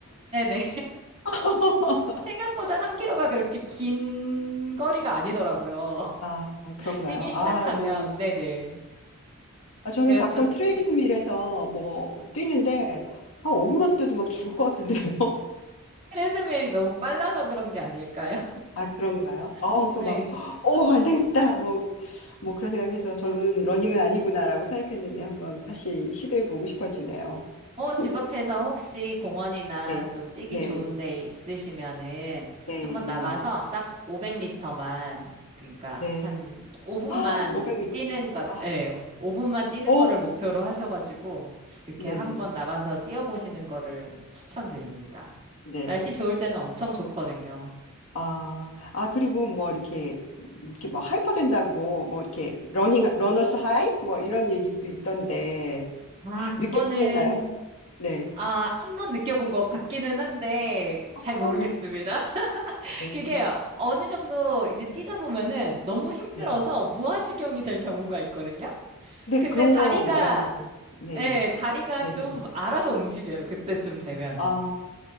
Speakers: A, on the right; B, on the left.
A: 네네.
B: <laughs>
A: 생각보다 3km가 그렇게 긴 거리가 아니더라고요.
B: 아, 그런가요?
A: <laughs> 뛰기 시작하면,
B: 아, 저는,
A: 네네.
B: 아, 저는
A: 그래서
B: 가끔
A: 저
B: 트레이드밀에서 뭐 뛰는데, 아, 5분만 뛰어도 막 죽을 것 같은데요.
A: 트레드밀이 너무 빨라서 그런 게 아닐까요?
B: 아, 그런가요? 아,
A: <laughs>
B: 그래서
A: 네.
B: 막, 어, 안 되겠다. 뭐, 뭐 그런 생각해서 저는 러닝은 아니구나라고 생각했는데 한번 다시 시도해 보고 싶어지네요.
A: 어, 집
B: 음,
A: 앞에서 혹시 공원이나
B: 네,
A: 좀 뛰기
B: 네,
A: 좋은 데 있으시면은
B: 네,
A: 한번 나가서 딱 500m만, 그러니까
B: 네.
A: 한 5분만
B: <gasps> 아, 500m.
A: 뛰는 걸,
B: 아,
A: 예, 5분만 뛰는
B: 오,
A: 거를 목표로 하셔가지고 이렇게
B: 네,
A: 한번 나가서 뛰어보시는 거를 추천드립니다.
B: 네.
A: 날씨 좋을 때는 엄청 좋거든요.
B: 아, 아, 그리고 뭐 이렇게, 이렇게 막 하이퍼 된다고 뭐 이렇게 러닝, 러너스 하이? 뭐 이런 얘기도 있던데
A: 아, 그거는,
B: 느껴보셨나요? 네.
A: 아, 한 번 느껴본 것 같기는 한데,
B: 어,
A: 잘 모르겠습니다. <laughs>
B: 네,
A: 그게요, 어느 정도 이제 뛰다 보면은 너무 힘들어서
B: 네.
A: 무아지경이 될 경우가 있거든요?
B: 네,
A: 근데
B: 그런
A: 다리가,
B: 거 말하는 거. 네.
A: 예, 다리가
B: 네네.
A: 좀 알아서 움직여요. 그때쯤 되면은.
B: 아,